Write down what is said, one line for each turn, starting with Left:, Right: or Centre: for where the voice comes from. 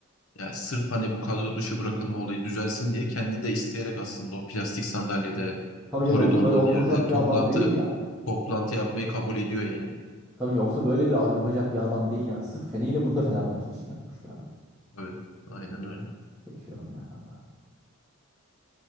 Left: ya sırf hani bu kadro dışı bırakılma olayı düzelsin diye kendi de isteyerek aslında o plastik sandalyede
Centre: Tabii
Left: koridorda
Centre: canım yoksa böyle oturacak
Left: bir yerde toplantı
Centre: bir adam değil yani.
Left: toplantı yapmayı kabul ediyor yani.
Centre: Tabii yoksa böyle bir al yapacak bir adam değil yani. Sırf Fene yine bunu da Fenerbahçe için yapmış bir adam.
Left: Evet, aynen öyle.
Centre: Seçiyorum ya kanka.